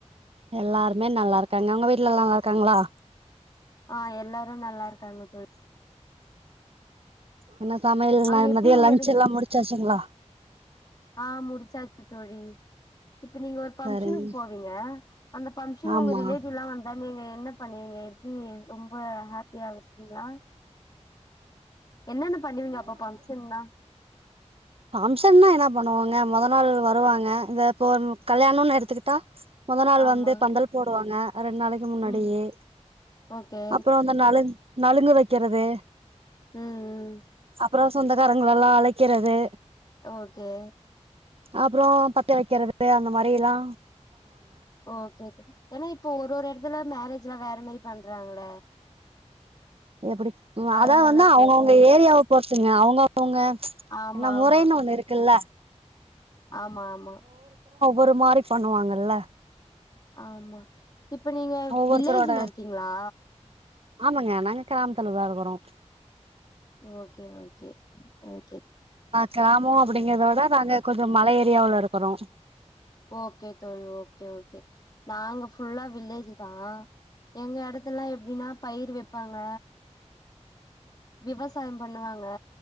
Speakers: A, on the right; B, on the left.
A: எல்லாருமே நல்லாருக்காங்க உங்க வீட்ல எல்லா நல்லாருக்காங்களா
B: ஹ எல்லாரும் நல்லாருக்காங்க தொழி
A: என்ன சமையல்
B: அங்க எப்டி
A: மதியம்
B: உங்க
A: லன்ச் எல்லாம் முடிச்சாச்சுங்களா
B: ஆ முடிச்சாச்சு தோழி இப்ப நீங்க ஒரு பங்க்ஷனுக்கு
A: சரிங்க
B: போவீங்க அந்த பம்ஷன்
A: ஆமா
B: உங்க ரிலேட்டிவ்லாம் வந்தா நீங்க என்ன பண்ணுவீங்க எப்படி ரொம்ப ஹாப்பியா வச்சிப்பீகங்களா என்னன்ன பண்ணுவீங்க அப்ப பங்க்ஷன்னா
A: பங்ஷன்னா என்ன பண்ணுவாங்க முத நாள் வருவாங்க இதப்ப கல்யாணம்னு எடுத்துகிட்டடா முதல் நாள்
B: ஆமா
A: வந்து பந்தல் போடுவாங்க ரெண்டு நாளைக்கு முன்னாடியே
B: ம் ஓகே
A: அப்பறோ அந்த நளங் நலுங்கு வக்கிறது
B: ம் ம்
A: அப்புறம் சொந்தக்காரங்கள எல்லாம் அழைக்கிறது
B: ஓகே
A: அப்புறம் பத்த வைக்கிறது அந்த மாரி எல்லாம்
B: ஓகே ஏன்னா இப் இப்போ ஒரு ஒரு இடத்துல மேரேஜ்லா வேற மாரி பண்றாங்கள
A: எப்படி
B: அதனால
A: அதா வந்து அவங்கவுங்க
B: கேட்டே
A: ஏரியாவ பொற்துங்க அவுங்கவுங்க
B: ஆமா
A: என்ன
B: ஆமா
A: முறைனு ஒண்ணு இருக்குல
B: ஆமா ஆமா
A: ஒரு மாரி பண்ணுவாங்கல்ல
B: ஆமா இப்ப நீங்க
A: ஒவ்வொருத்தரோட
B: வில்லேஜ்ல இருக்கீங்களா
A: ஆமாங்க நாங்க கிராமத்துலதான் இருக்குறோம்
B: ஓகே ஓகே ஓ
A: கிராமம் அப்படிங்கறதோட நாங்க கொஞ்சம் மலை லயாவுள இருக்கிறோம்
B: ஓகே தோழி ஓகே ஓகே நாங்க புஃல்லா வில்லேஜ் தான் எங்க இடத்துல எல்லாம் எப்பிடினா பயிர் ப்பாங்க விவசாயம் பண்ணுவாங்க ல